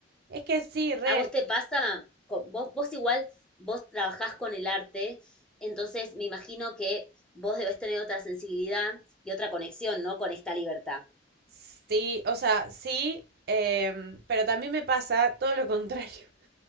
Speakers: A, on the right (about 55°); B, in the centre.
A: Es que sí, re.
B: ¿A vos te pasa? Con- Vos, vos igual, vos trabajás con el arte, entonces me imagino que vos debés tener otra sensibilidad y otra conexión, ¿no? Con esta libertad.
A: Sí, o sea, sí, em, pero también me pasa todo lo contrario. <laughs>